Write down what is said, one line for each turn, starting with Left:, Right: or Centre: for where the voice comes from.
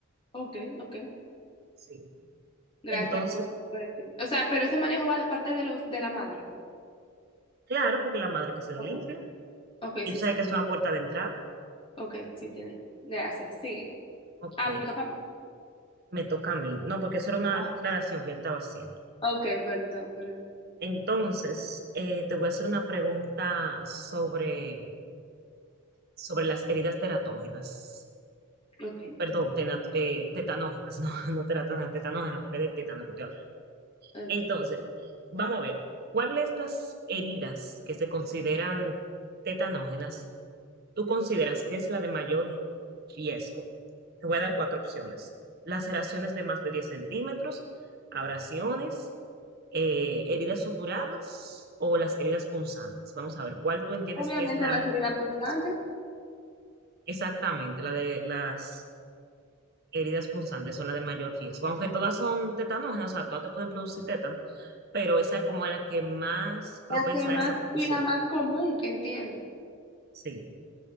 Left: Ok, ok.
Right: Sí.
Left: Gracias
Right: Entonces,
Left: por, por decirme. O sea, pero ese manejo va de parte de los de la madre.
Right: claro, porque la madre que se lo
Left: Ok,
Right: limpia
Left: ok,
Right: y
Left: sí,
Right: tú sabes
Left: sí.
Right: que es una puerta de entrada.
Left: Ok, sí tiene. Gracias. Sigue.
Right: Ok,
Left: Ah, me toca a mí.
Right: me toca a mí. No, porque eso era una
Left: Ah.
Right: aclaración que yo te estaba haciendo.
Left: Ok, perdón, perdón.
Right: Entonces, eh, te voy a hacer una pregunta sobre, sobre las heridas teratógenas.
Left: Ok,
Right: Perdón, tena- eh, tetanógenas, <laughs> no, no teratógenas, tetanógenas, porque es de tétano que estoy hablando.
Left: ok.
Right: Entonces, vamos a ver, ¿cuál de estas heridas que se consideran tetanógenas tú consideras que es la de mayor riesgo? Te voy a dar cuatro opciones. Laceraciones de más de 10 centímetros, abrasiones, eh, heridas suturadas o las heridas punzantes. Vamos a ver, ¿cuál tú entiendes
Left: Obviamente
Right: que es la
Left: la
Right: de
Left: seriedad
Right: mayor
Left: pulsante,
Right: riesgo? Exactamente, la de las heridas punzantes son la de mayor riesgo, aunque todas son tetanógenas, o sea, todas te pueden producir tétano, pero esa es como la que más propensa
Left: la que más
Right: es a producirlo.
Left: y la más común, entiendo.
Right: Sí,